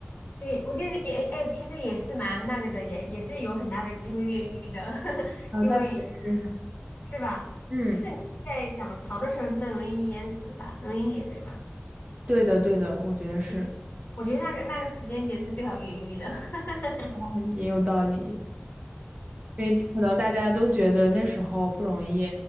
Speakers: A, on the left (about 40°); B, on the right (about 30°).
A: 对，我觉得也，哎，其实也是蛮那个的，也也是有很大的机会越狱的，<laughs>
B: 啊，
A: 因为
B: 那倒也是。
A: 是吧？
B: 嗯，
A: 就是你在涨潮的时候，那容易淹死的吧，容易溺水吧。
B: 对的，对的，我觉得是，
A: 也就是我觉得那个那个时间点是最好越狱的。<laughs>
B: 嗯也有道理。因为可能大家都觉得那时候不容易，